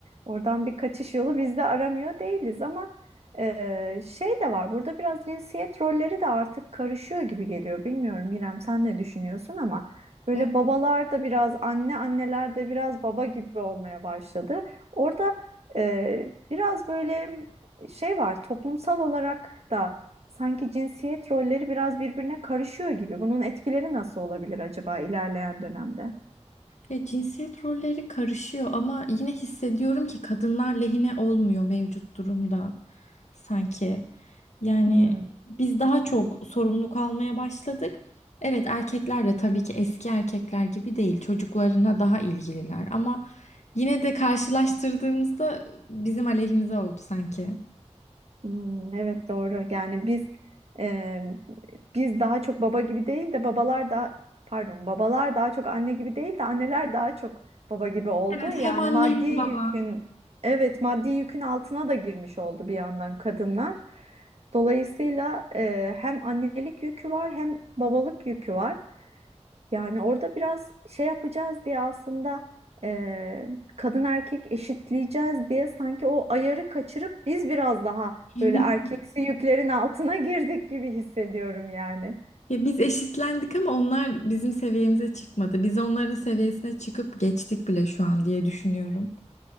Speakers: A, on the right; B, on the left.
A: Oradan bir kaçış yolu biz de aramıyor değiliz ama e, şey de var. Burada biraz cinsiyet rolleri de artık karışıyor gibi geliyor. Bilmiyorum İrem sen ne düşünüyorsun ama. Böyle
B: <laughs>
A: babalar da biraz anne, anneler de biraz baba gibi olmaya başladı. Orada e, biraz böyle şey var, toplumsal olarak da sanki cinsiyet rolleri biraz birbirine karışıyor gibi. Bunun etkileri nasıl olabilir acaba ilerleyen dönemde?
B: Ya cinsiyet rolleri karışıyor ama yine hissediyorum ki kadınlar lehine olmuyor mevcut durumda sanki. Yani
A: Hmm.
B: biz daha çok sorumluluk almaya başladık. Evet erkekler de tabii ki eski erkekler gibi değil. Çocuklarına daha ilgililer ama yine de karşılaştırdığımızda bizim aleyhimize oldu sanki.
A: Hmm, evet doğru. Yani biz e, biz daha çok baba gibi değil de babalar da pardon babalar daha çok anne gibi değil de anneler daha çok baba gibi oldu.
B: Evet
A: Yani
B: hem anne
A: maddi
B: hem
A: yükün
B: baba.
A: evet maddi yükün altına da girmiş oldu bir yandan kadınlar. Dolayısıyla e, hem annelik yükü var hem babalık yükü var. Yani orada biraz şey yapacağız diye aslında e, kadın erkek eşitleyeceğiz diye sanki o ayarı kaçırıp biz biraz daha
B: <laughs>
A: böyle erkeksi yüklerin altına girdik gibi hissediyorum yani.
B: Ya biz eşitlendik ama onlar bizim seviyemize çıkmadı. Biz onların seviyesine çıkıp geçtik bile şu an diye düşünüyorum.